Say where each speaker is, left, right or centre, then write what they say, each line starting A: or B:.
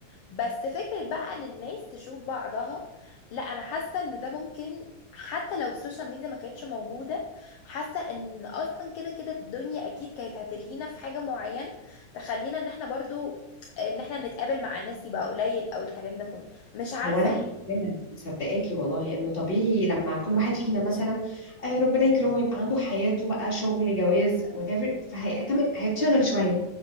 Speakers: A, on the left (about 65°); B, on the left (about 20°).
A: بس فكرة بقى ان الناس تشوف بعضها لا انا حاسة ان ده ممكن حتى لو السوشيال ميديا ما كانتش موجودة حاسة ان اصلا كده كده الدنيا اكيد كانت هتلهينا في حاجة معينة تخلينا ان احنا برضو ان احنا نتقابل مع الناس يبقى قليل او الكلام ده كله مش عارفة
B: هو انا
A: ليه
B: مؤمنه مصدقاكي والله انه طبيعي لما كل واحد فينا مثلا آه، ربنا يكرمه يبقى عنده حياته بقى شغل جواز whatever فهي تمام هيتشغل شويه